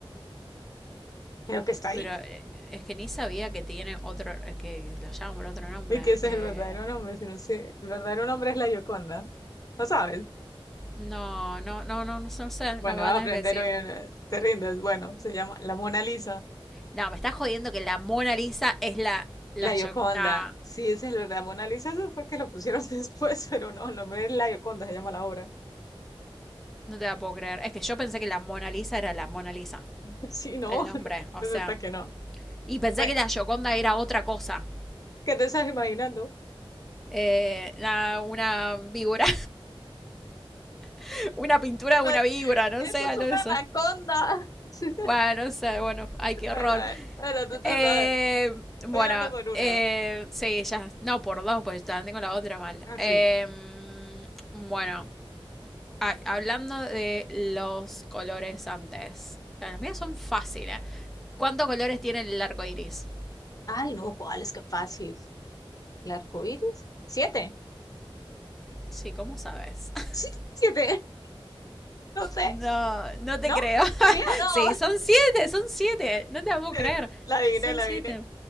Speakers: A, on the left; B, in the centre.
A: Creo que está ahí.
B: Pero eh, es que ni sabía que tiene otro. eh, que la llaman por otro nombre.
A: Y que ese
B: Eh...
A: es el verdadero nombre, si no sé. El verdadero nombre es La Gioconda. ¿No sabes?
B: No, no, no, no, no, no sé,
A: Bueno,
B: no me va
A: va
B: a
A: a
B: tener
A: aprender
B: que decir.
A: hoy, no te rindes. Bueno, se llama La Mona Lisa,
B: No, me estás jodiendo que la Mona Lisa es la, la,
A: la Gioconda.
B: yo- nah,
A: Sí, esa es la verdad, Mona Lisa, eso fue que lo pusieron <laughs> después, pero no, el nombre es La Gioconda, se llama la obra.
B: no te la puedo creer. Es que yo pensé que la Mona Lisa era la Mona Lisa,
A: <laughs> Sí, no,
B: el nombre,
A: <laughs>
B: o
A: resulta
B: sea,
A: que no.
B: y pensé
A: Bueno,
B: que la Gioconda era otra cosa.
A: ¿qué te estás imaginando?
B: Eh, nah, una víbora, <laughs> una pintura
A: Eso,
B: de una víbora, no
A: eso
B: sé, algo
A: es una
B: de eso.
A: anaconda. <laughs>
B: Bueno, no sé, bueno, ay, qué
A: Bueno,
B: horror.
A: a ver, bueno, tu turno,
B: Eh,
A: a ver,
B: bueno,
A: voy ganando por una.
B: eh, sí, ya. No, por dos, pues también tengo la otra mal.
A: Así.
B: Eh, bueno, Ah, hablando de los colores antes. Las mías son fáciles. ¿Cuántos colores tiene el arco iris?
A: Ay, no, ¿cuál es que fácil? ¿El arco iris? ¿Siete?
B: Sí, ¿cómo sabes? <laughs>
A: Sí, siete, <laughs> no sé,
B: No, no te
A: ¿no?
B: creo. <laughs>
A: ¿Sí o no?
B: sí, son siete, son siete. No
A: <laughs>
B: te la puedo
A: Eh,
B: creer.
A: La adiviné,
B: Son
A: la
B: siete.
A: adiviné.